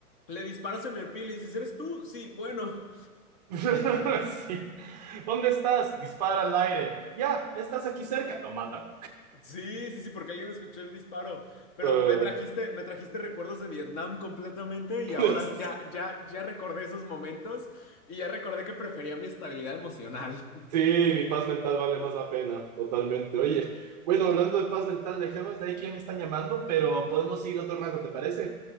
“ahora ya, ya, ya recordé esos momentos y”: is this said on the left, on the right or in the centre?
Left